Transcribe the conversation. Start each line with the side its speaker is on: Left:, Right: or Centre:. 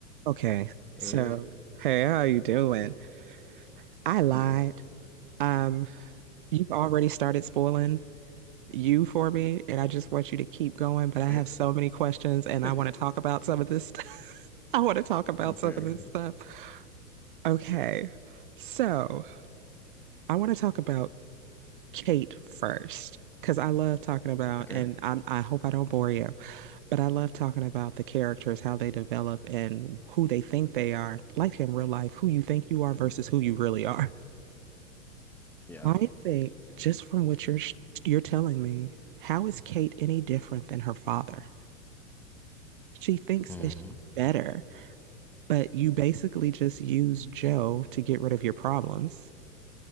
Right: Okay,
Centre: Hey,
Right: so hey, how you doing? I lied.
Centre: good.
Right: Um, you've already started spoiling you for me, and I just want you to keep going, but I
Centre: Hey.
Right: have so many questions and
Centre: <laughs>
Right: I want to talk about some of this stuff. <laughs> I want to talk about some
Centre: Fair.
Right: of this stuff. Okay,
Centre: fair.
Right: so I want to talk about Kate first, because I love talking about,
Centre: Okay.
Right: and I'm, I hope I don't bore you, but I love talking about the characters, how they develop and who they think they are, like in real life, who you think you are
Centre: Mhm.
Right: versus who you really are.
Centre: Yeah.
Right: I think just from what you're sh- you're telling me, how is Kate any different than her father? She thinks
Centre: hmm
Right: that she's better, but you basically just use Joe to get rid of your problems.